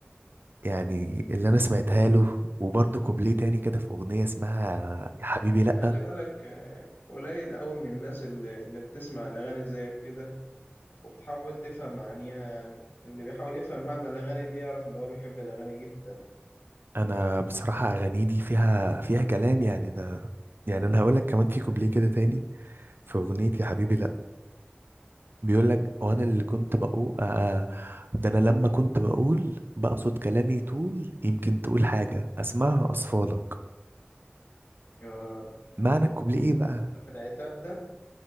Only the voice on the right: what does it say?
يعني اللي انا سمعتها له وبرضو كوبليه تاني كده في اغنية اسمها يا حبيبي لا
انا بصراحة اغاني دي فيها فيها كلام يعني انا يعني انا هقولك كمان في كوبليه كده تاني في اغنية يا حبيبي لا بيقول لك وانا اللي كنت بقول آه آه، ده انا لما كنت بقول بقصد كلامي طول يمكن تقول حاجة اسمعها اصفالك
معنى الكوبليه ايه بقى